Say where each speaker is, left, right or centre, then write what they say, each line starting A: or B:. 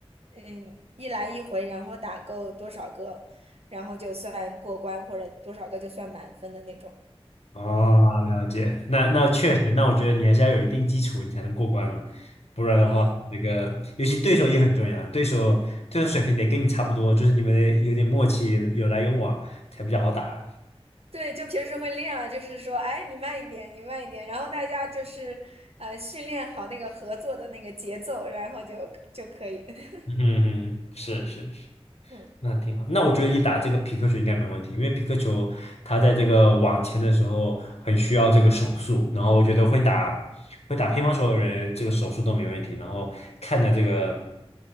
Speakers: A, on the right; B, on the left.
A: 嗯一来一回，然后打够多少个，然后就算过关，或者多少个就算满分的那种。
B: 哦，了解。那那确实，那我觉得你还是要有一定基础，你才能过关嘛。不然的话，
A: 嗯，
B: 那个尤其对手也很重要，对手对手水平得跟你差不多，就是你们得有点默契，有来有往才比较好打。
A: 对，就平时会练啊，就是说，哎，你慢一点，你慢一点，然后大家就是呃训练好那个合作的那个节奏，然后就就可以。<laughs>
B: 嗯哼哼，是是是。
A: 嗯
B: 那挺好。那我觉得你打这个皮克球应该没问题，因为皮克球它在这个网前的时候很需要这个手速，然后我觉得会打会打乒乓球的人，这个手速都没问题，然后看的这个